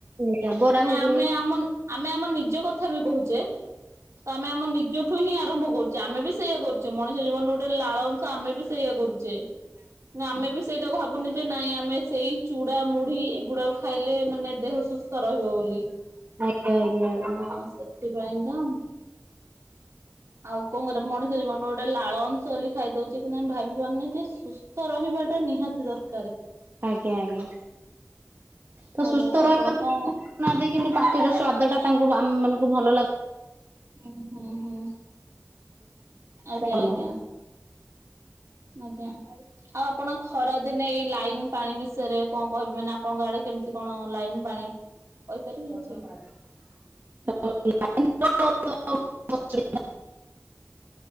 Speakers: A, on the right; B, on the right.
A: ଆଜ୍ଞା ବରା
B: ମାନେ
A: ଘୁଗୁନି
B: ଆମେ ଆମ ଆମେ ଆମ ନିଜ କଥା ବି କହୁ ଚେ ତ ଆମେ ଆମ ନିଜଠୁ ହିଁ ଆରମ୍ଭ କରୁଚେ, ଆମେ ବି ସେଇଆ କରୁଚେ ମଣିଷ ଜୀବନରେ ଗୋଟେ ଲାଳ ଅଂଶ ଆମେ ବି ସେଇଆ କରୁଛେ, ନା ଆମେ ବି ସେଇଟାକୁ ଭାବୁନେ ଯେ ନାଇଁ ଆମେ ସେଇ ଚୁଡ଼ା ମୁଢି ଏଗୁଡ଼ାକ ଖାଇଲେ ମାନେ ଦେ ସୁସ୍ଥ ରହିବ ବୋଲି,
A: ଆଜ୍ଞା ଆଜ୍ଞା
B: ତ
A: ଆଜ୍ଞା
B: ସେଥିପାଇଁକା ଆଉ କଣ କରିବା ମଣିଷ ଜୀବନ ଗୋଟେ ଲାଳ ଅଂଶ ବୋଲି ଖାଇ ଦଉଛି କିନ୍ତୁ ଆମେ ଭାବି ପାରୁନି ଯେ ସୁସ୍ଥ ରହିବାଟା ନିହାତି ଦରକାର
A: ଆଜ୍ଞା ଆଜ୍ଞା। ତ
B: ଆଉ
A: ସୁସ୍ଥ
B: ଆପଣ
A: ରହିବାକୁ
B: କଣ
A: <inaudible> କିନ୍ତୁ ପାଟିର ସ୍ଵାଦ ଟା ତାଙ୍କୁ ଆମ ମାନଙ୍କୁ ଭଲ ଲାଗୁ
B: ହୁଁ ହୁଁ ହୁଁ। ଆଜ୍ଞା
A: ଆମର
B: ଆଜ୍ଞା। ଆଜ୍ଞା ଆଉ ଆପଣ ଖରାଦିନେ ଏଇ ଲାଇନ ପାଣି ବି ସେରେ କଣ କହିବି ମାନେ ଆପଣଙ୍କ ଆଡେ କେମିତି କଣ ଲାଇନ୍ ପାଣି? କହିପାରିବେ
A: <unintelligible>
B: କିଛି